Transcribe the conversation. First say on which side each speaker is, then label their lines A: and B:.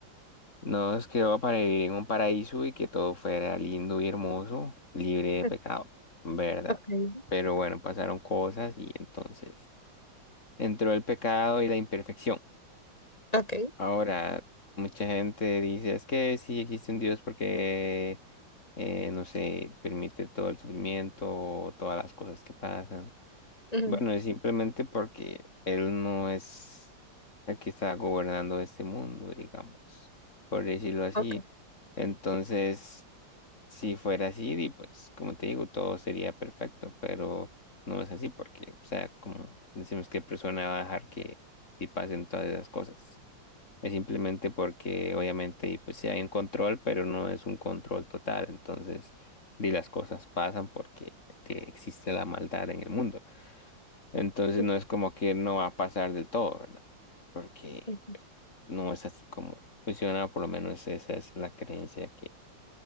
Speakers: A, on the left; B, on the left.
A: nos creó para vivir en un paraíso y que todo fuera lindo y hermoso, libre de
B: okay,
A: pecado, ¿verdad?
B: okay,
A: Pero bueno, pasaron cosas y entonces entró el pecado y la imperfección.
B: okay,
A: Ahora, mucha gente dice, es que sí existe un Dios porque, eh, no sé, permite todo el sufrimiento, todas las cosas que pasan.
B: ujú,
A: Bueno, es simplemente porque él no es el que está gobernando este mundo, digamos, por decirlo así.
B: okay,
A: Entonces, si fuera así, di, pues, como te digo, todo sería perfecto, pero no es así porque, o sea, como decimos, ¿qué persona va a dejar que te pasen todas esas cosas? Es simplemente porque obviamente y pues sí hay un control, pero no es un control total. Entonces, di las cosas pasan porque que existe la maldad en el mundo. Entonces
B: ujú,
A: no es como que no va a pasar del todo, ¿verdad? Porque
B: ujú,
A: pues, no es así como funciona, por lo menos esa es la creencia que,